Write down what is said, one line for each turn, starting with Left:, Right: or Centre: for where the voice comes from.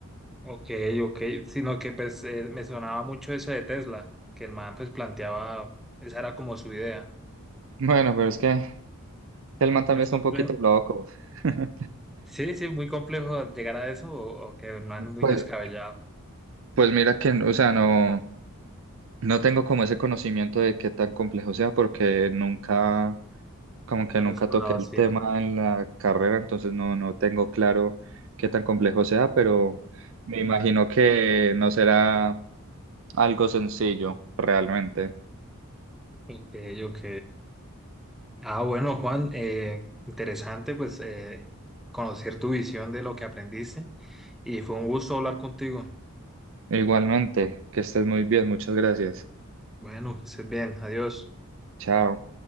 Centre: Ok, ok, sino que pues eh, me sonaba mucho eso de Tesla, que el man pues planteaba, esa era como su idea.
Right: Bueno, pero es que el man también
Centre: ¿No es
Right: está
Centre: complejo?
Right: un poquito loco. <laughs>
Centre: Sí, sí, muy complejo llegar a eso o, o que el man muy
Right: Pues,
Centre: descabellado
Right: pues mira que, o sea, no, no tengo como ese conocimiento de qué tan complejo sea porque nunca, como que
Centre: lo
Right: nunca
Centre: has explorado
Right: toqué el
Centre: así.
Right: tema en la carrera, entonces no, no tengo claro qué tan complejo sea, pero me imagino que no será algo sencillo realmente.
Centre: Ok, ok. Ah, bueno, Juan, eh, interesante pues eh, conocer tu visión de lo que aprendiste y fue un gusto hablar contigo.
Right: Igualmente, que estés muy bien, muchas gracias.
Centre: Bueno, que estés bien, adiós.
Right: Chao.